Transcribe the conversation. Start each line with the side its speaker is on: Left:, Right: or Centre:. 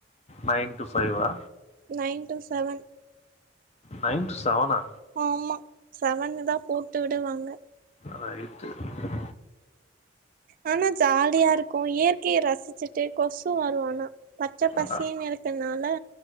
Left: நைன் டூ ஃபைவா
Right: nine two seven
Left: night two செவனா
Right: ஆமா செவன்னு தா போட்டு விடுவாங்க
Left: ரைட்டு ம்
Right: ஆனா ஜாலியா இருக்கு இயற்கைய ரசிச்சிட்டே கொசு வரு ஆனா பச்ச பசேன்
Left: ஆ
Right: இருக்கற்னால